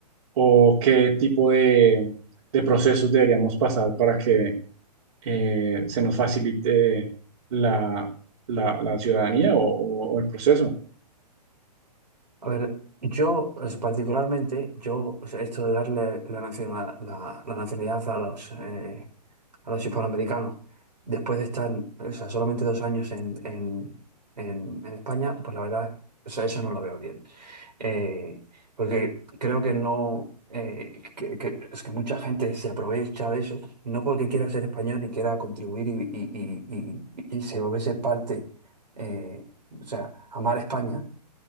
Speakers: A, on the right; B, on the right.
A: o qué tipo de, de procesos deberíamos pasar para que eh, se nos facilite la, la- la ciudadanía o, o- o el proceso.
B: A ver, yo es- particularmente, yo, o sea, esto de darle la nacionalidad, la, la nacionalidad a los, eh, a los hispanoamericanos, después de estar, o sea, solamente dos años en, en- en- en España, pues la verdad, o sea, eso no lo veo bien. Eh, porque creo que no, eh, que, que- es que mucha gente se aprovecha de eso, no porque quiera ser español y quiera contribuir y, y- y- y- y se volverse parte, eh, o sea, amar España